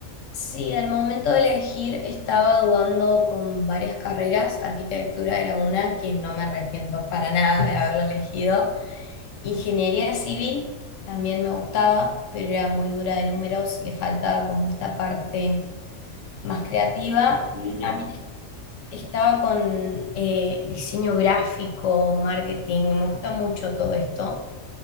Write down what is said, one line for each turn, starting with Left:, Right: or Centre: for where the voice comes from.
Left: sí, al momento de elegir estaba dudando con varias carreras, arquitectura era una que no me arrepiento para nada de haberla elegido, ingeniería
Right: Mm,
Left: civil también me gustaba, pero era muy dura de números, le faltaba como esta parte más creativa.
Right: Creativa.
Left: Y también
Right: ajá.
Left: estaba con eh, diseño gráfico, marketing, me gusta mucho todo esto.